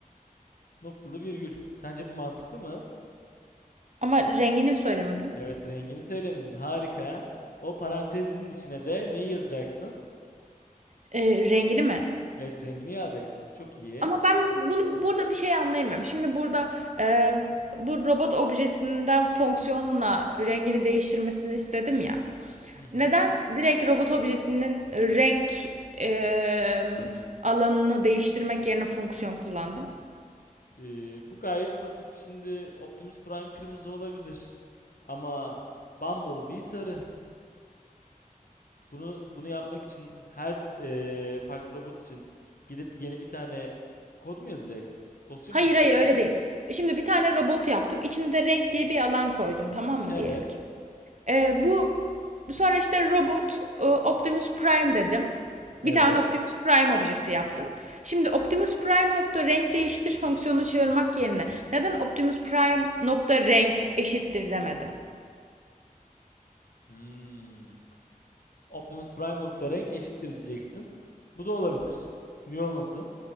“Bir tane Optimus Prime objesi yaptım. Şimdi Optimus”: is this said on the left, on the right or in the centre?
Right